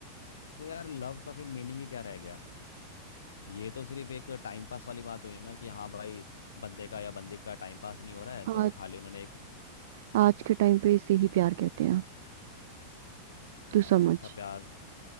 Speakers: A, on the left (about 70°); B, on the right (about 55°).
A: तो यार लव का फिर मीनिंग ही क्या रह गया ये तो सिर्फ एक टाइम पास वाली बात हुई ना कि हाँ भाई बंदे का या बंदी का टाइम पास नहीं हो रहा है
B: आज
A: तो वो खाली उन्होंने एक
B: आज के टाइम पे इसे ही प्यार कहते हैं तू
A: "यार,
B: समझ
A: ऐसा प्यार